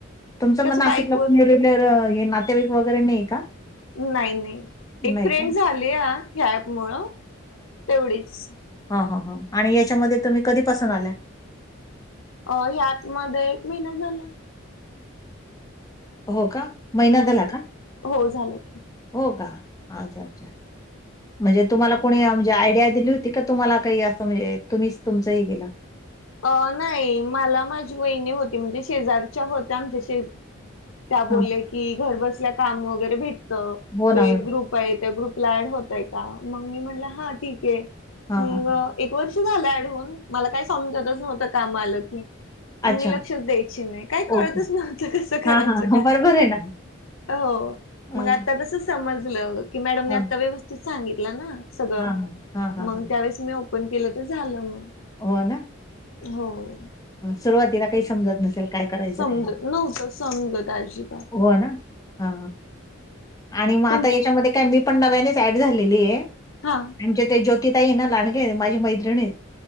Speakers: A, on the left (about 15°); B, on the left (about 80°).
A: तुमचं
B: कसं
A: मग नाशिकलारलर
B: बाईक वरून
A: हे नातेवाईक वगैरे नाही का?
B: नाही नाही एक
A: नाही
B: फ्रेंड
A: का?
B: झाली या ह्या ऍप मुळ तेवढीच.
A: ह ह ह आणि याच्यामध्ये तुम्ही कधीपासून आल्या?
B: अ ह्यात मध्ये एक महिना झाला.
A: हो का महिना
B: हो
A: झाला का?
B: हो झालं.
A: हो का आ अच्छा. म्हणजे तुम्हाला कोणी म्हणजे आयडिया दिली होती का तुम्हाला काही असं म्हणजे तुम्हीच तुमचंही गेलं.
B: अ नाही मला माझी वहिणी होती म्हणजे शेजारच्या होत्या आमच्या शेज त्या बोलल्या
A: हां.
B: की घर बसल्या काम वगैरे भेटत
A: हो ना,
B: तो एक
A: हो ना.
B: ग्रुप आहे त्या ग्रुपला ऍड होतय का मग मी म्हटलं हा ठीक आहे.
A: हा
B: मग
A: हा हा
B: एक वर्ष झालं आडवून मला काय समजतच नव्हतं कामा आल की. मम्मी
A: अच्छा.
B: लक्षच द्यायची नाही काय कळतच
A: ओके.
B: नव्हतं कसं करायचं
A: हां, हां, हां.
B: काय.
A: बरोबर आहे ना.
B: हो
A: हां,
B: मग आता कस सम की मॅडम
A: हां,
B: आता व्यवस्थ सांगितलं ना सगळ
A: हां, हां. हां, हां,
B: मग
A: हां.
B: त्यावे मी ओपन केलं तर झालं म
A: हो ना
B: होय
A: सुरुवातीला काही समजत नसेल. काय करायचं
B: समजत
A: काय
B: नव्हत समज आधी.
A: हो ना हा आणि मग
B: तुमची
A: आता याच्यामध्ये काय मी पण नव्यानेच ऍड झालेली आहे.
B: हा
A: आमचे ते ज्योतिताई ना लाडगे आहेत माझी मैत्रिणी आहेत.